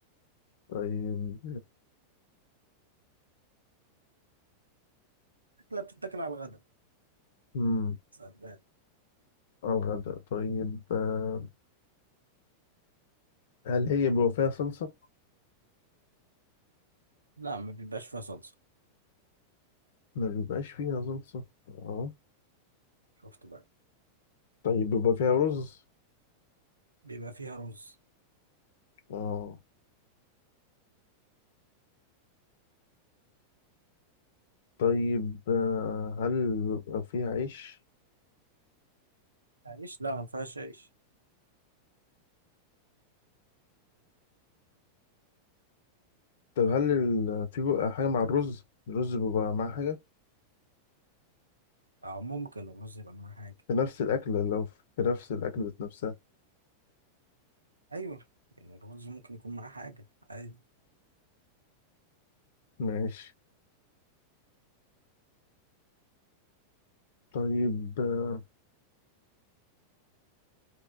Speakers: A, on the left; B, on the right.
A: طيب
B: اكله بتتاكل على الغداء
A: امم
B: سلام.
A: على الغداء طيب آه، هل هي بيبقى فيها صلصة؟
B: لا ما بيبقاش فيها صلصه
A: ما بيبقاش فيها صلصة اه
B: شفت بقى
A: طيب بيبقى فيها رز؟
B: بيبقى فيها رز
A: اه طيب آه، هل بيبقى فيها عيش؟
B: عيش لا ما فيهاش عيش
A: طب هل ال... في بقى حاجة مع الرز؟ الرز بيبقى مع حاجة
B: اه ممكن الرز يبقى معاه حاجه
A: في نفس الأكل لو في نفس الأكل ذات نفسها
B: ايوه يعني الرز ممكن يكون معاه حاجه عادي
A: ماشي طيب آه،